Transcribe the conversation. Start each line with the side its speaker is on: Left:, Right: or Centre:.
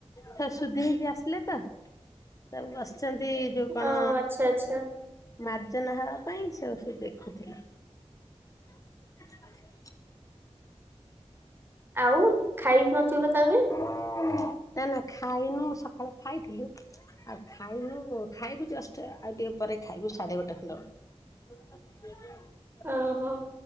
Left: ସବୁ ସୁଧି ହେଇକି ଆସିଲେତ ସବୁ ବସିଚନ୍ତି। ଯୋଉ କଣ
Right: ଓ ଆଚ୍ଛା ଆଚ୍ଛା
Left: ମାର୍ଜନା ହବା ପାଇଁ ସବୁ ସେଇ ଦେଖୁଥିଲି। <inaudible>
Right: ଆଉ ଖାଇନଥିବତ ଏବେ?
Left: ନାଁ ନାଁ ଖାଇନୁ ସକାଳେ ଖାଇଥିଲୁ ଆଉ ଖାଇନୁ ଖାଇବୁ ଜଷ୍ଟ ଆଉ ଟିକେ ପରେ ଖାଇବୁ ସାଢେ ଗୋଟେ ଖଣ୍ଡେ ବେଳେ। <unintelligible>
Right: ଓହୋ